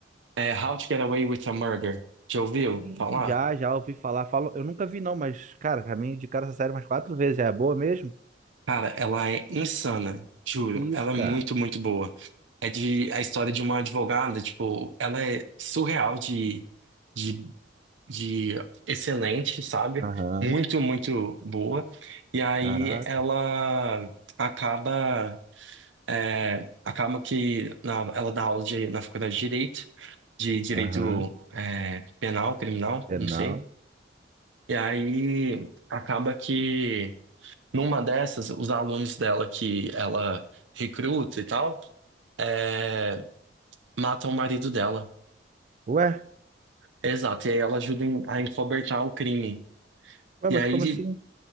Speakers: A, on the right; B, on the right.
A: é How to Get Away with a Murder. Já ouviu
B: Ih,
A: falar?
B: Já, já ouvi falar. Falo, eu nunca vi, não, mas, cara, já me indicaram essa série umas quatro vezes. Já é boa mesmo?
A: Cara, ela é insana, juro.
B: Que
A: Ela
B: isso,
A: é
B: cara?
A: muito, muito boa. É de a história de uma advogada, tipo, ela é surreal de, de, de excelente, sabe?
B: Aham.
A: Muito, muito boa. E aí
B: Caraca.
A: ela acaba, é, acaba que na- ela dá aula de, na faculdade de Direito, de Direito,
B: Aham.
A: é, Penal, Criminal,
B: Penal.
A: não sei. E aí acaba que numa dessas, os alunos dela que ela recruta e tal, é, matam o marido dela.
B: Ué,
A: Exato, e aí ela ajuda em- a encobertar o crime.
B: ué,
A: E
B: mas
A: aí,
B: como assim?